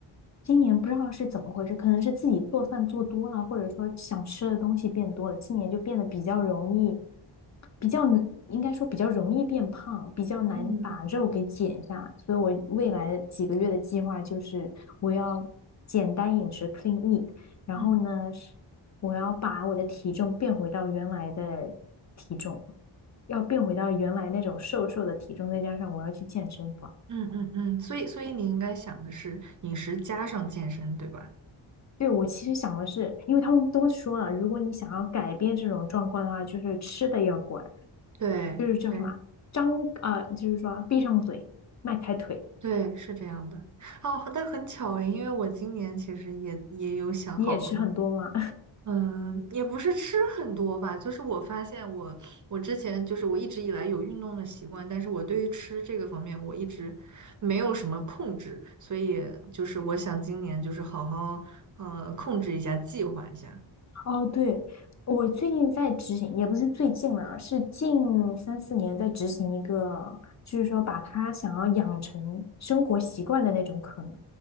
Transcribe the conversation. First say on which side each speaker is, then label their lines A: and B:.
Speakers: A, on the left; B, on the right.
A: 今年不知道是怎么回事，可能是自己做饭做多了，或者说想吃的东西变多了，今年就变得比较容易，比较难应该说比较容易变胖，比较难把肉给减下来。
B: 嗯
A: 所以我未来几个月的计划就是我要简单饮食 （clean eat），然后呢，
B: 嗯，
A: 是我要把我的体重变回到原来的体重，要变回到原来那种瘦瘦的体重，再加上我要去健身房。
B: 嗯嗯嗯，所以所以你应该想的是饮食加上健身，对吧？
A: 对，我其实想的是，因为他们都说了，如果你想要改变这种状况的话，就是吃的要管，
B: 对对
A: 就是叫什么，张，呃，就是说闭上嘴，迈开腿。
B: 对，是这样的。哦，但很巧诶，因为我今年其实也也有想好好
A: 你也吃很多吗？
B: 嗯，也不是吃很多吧，就是我发现我我之前就是我一直以来有运动的习惯，但是我对于吃这个方面我一直没有什么控制，所以就是我想今年就是好好呃控制一下，计划一下。
A: 哦，对，我最近在执行，也不是最近了，是近三四年在执行一个，就是说把他想要养成生活习惯的那种可能，